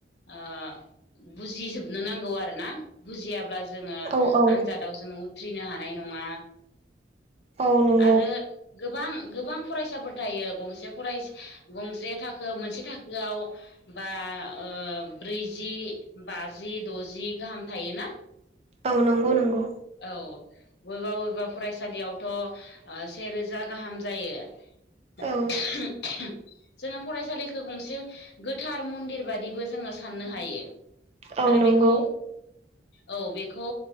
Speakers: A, on the left (about 65°); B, on the right (about 35°).
A: ओ बुजिजोबनो नांगौ आरो। आरोना बुजियाब्ला जोङो
B: औ औ
A: आनजादाव जोङो उथ्रिनो हानाय नङा।
B: औ नंगौ
A: आरो गोबां गोबां फरायसाफोर थायो गंसे फराय गंसे थाखो मोनसे थाखोआव बा ओ ब्रैजि, बाजि, द'जि, गाहाम थायो ना?
B: औ नंगौ नंगौ।
A: औ बबेबा बबेबा फरायसालियावथ' ओ सेेरोजा गाहाम जायो। <inaudible>
B: औ
A: जोङो फरायसालिखो गंसे गोथार मन्दिर बादिबो जोङो साननो हायो।
B: औ
A: आरो
B: नंगौ
A: बेखौ औ बेखौ